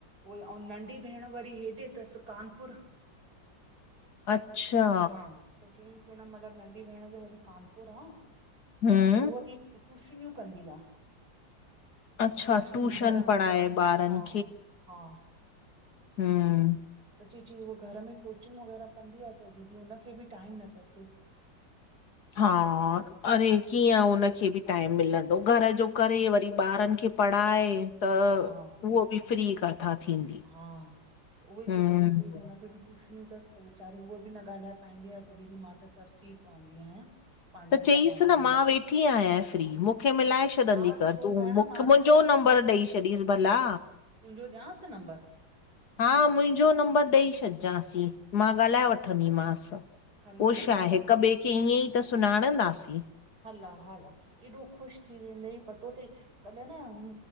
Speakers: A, on the right; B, on the left.
A: उहे ऐं नंढी भेण वरी हेॾे तसि कानपुर।
B: अच्छा।
A: हा त चयईं की न मतलब नंढी भेण त वरी कानपुर आ
B: हम्म
A: त उहो बि। टूशनियूं कंदी आहे
B: अच्छा
A: कोचिंग
B: ट्यूशन
A: घर में
B: पढ़ाए ॿारनि
A: हा हा। हा।
B: हम।
A: त चई चई उहा घर में कोचिंग वग़ैरह कंदी आ। त दीदी हुनखे बि टाइम न थसि।
B: हा अरे। कीअं, उनखे बि टाइम मिलंदो घर जो करे वरी ॿारनि खे पढ़ाए। त
A: हा
B: उहो बि फ्री कथा थींदी।
A: हा, त उहोई
B: हम्म
A: च पई चपेई हुनखे बि। टूशनियूं थसि त वेचारी उहो बि न ॻाल्हाए पाईंदी आ त दीदी मां तरसी पवंदी आहियां। पंहिंजनि
B: त चईसि
A: सां ॻाल्हाइण
B: न मां
A: लाइ
B: वेठ। वठी आय फ्री मूंखे मिलाए छॾंदी
A: हा
B: कर।
A: छो
B: तूं
A: भेण
B: मुखे
A: मां
B: मुंहिंजो
A: त
B: नंबर ॾई छॾ। चॾीस भला।
A: तुंहिंजो ॾियांसि नंबर।
B: हा, मुंहिंजो नंबर ॾेई छॾिजांसी मां ॻाल्हाए वठंदीमसि।
A: हल
B: पोइ
A: ठीकु
B: छा
A: आहे भेण
B: हिक ॿिए खे ईअं त सुञाणंदासीं।
A: हला, हला एॾो ख़ुशि थी वेंदई। पतो तई कल्ह न।